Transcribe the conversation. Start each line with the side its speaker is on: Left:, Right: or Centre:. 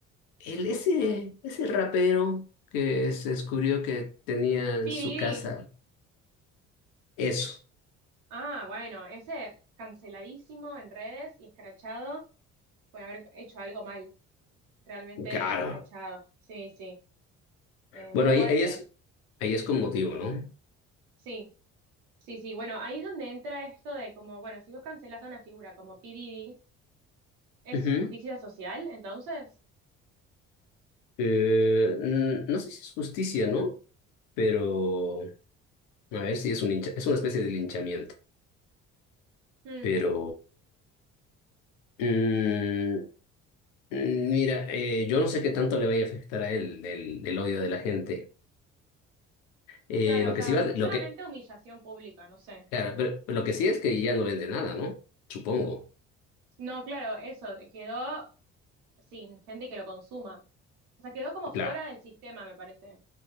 Left: el, ese, ese rapero que se descubrió que tenía en
Right: Piridi.
Left: su casa eso,
Right: Ah, bueno, ese canceladísimo en redes y escrachado por haber hecho algo mal. Realmente
Left: claro.
Right: escrachado. Sí, sí. Eh,
Left: Bueno,
Right: muy fuerte.
Left: ahí, ahí es, ahí es con motivo, ¿no?
Right: Sí, sí, sí. Bueno, ahí es donde entra esto de como, bueno, si vos cancelás a una figura como P. Diddy, ¿es
Left: Ujú.
Right: justicia social entonces?
Left: Eh, n- no sé si es justicia, ¿no? Pero, a ver si es un hincha- es una especie de linchamiento.
Right: Mm.
Left: Pero, mm, mm, mira, eh, yo no sé qué tanto le vaya a afectar a él el, el odio de la gente. Eh,
Right: Claro,
Left: lo
Right: o sea,
Left: que sí va,
Right: n-
Left: lo
Right: solamente
Left: que,
Right: humillación pública, no sé.
Left: Claro, pero pero lo que sí es que ya no vende nada, ¿no? Supongo.
Right: No, claro, eso, quedó sin gente que lo consuma. O sea, quedó como
Left: Claro,
Right: fuera del sistema, me parece.